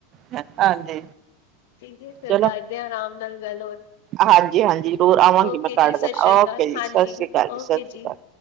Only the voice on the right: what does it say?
ਹਾਂਜੀ।
ਚਲੋ
ਹਾਂਜੀ ਹਾਂਜੀ ਜ਼ਰੂਰ ਆਵਾਂਗੀ
ਮੈਂ ਕਾਰਡ
ਦੇਣਾ
ਓਕੇ ਜੀ
ਸਤਿ ਸ਼੍ਰੀ ਅਕਾਲ
ਸਤਿ ਸ਼੍ਰੀ
ਅਕਾਲ